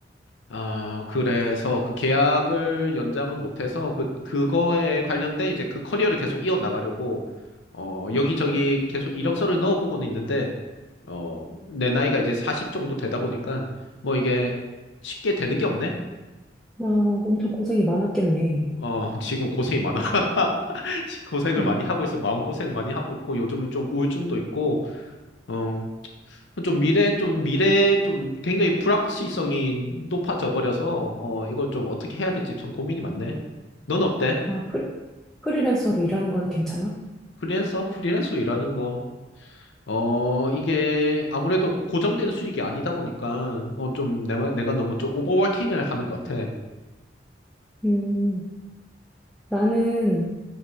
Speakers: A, on the left; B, in the centre.
A: 아, 그래서 그 계약을 연장을 못해서 그 그거에 관련된 이제 그 커리어를 계속 이어나가려고 어 여기저기 계속 이력서를 넣어보고는 있는데 어 내 나이가 이제 40 정도 되다 보니까 뭐 이게 쉽게 되는 게 없네.
B: 아, 엄청 고생이 많았겠네.
A: 어, 지금 고생이 많아. <laughs> 지금 고생을
B: 어,
A: 많이 하고 있어. 마음고생을 많이 하고 있고, 요즘은 좀 우울증도 있고, 어, 좀 미래, 좀 미래, 좀 굉장히 불확실성이 높아져 버려서, 어, 이거 좀 어떻게 해야 될지 참 고민이 많네. 넌 어때?
B: 아, 프리, 프리랜서로 일하는 건 괜찮아?
A: 프리랜서? 프리랜서 일하는 거. 어, 이게 아무래도 고정된 수익이 아니다 보니까, 어, 좀 내, 내가 너무 좀 오버워킹을 하는 것 같아.
B: 음, 나는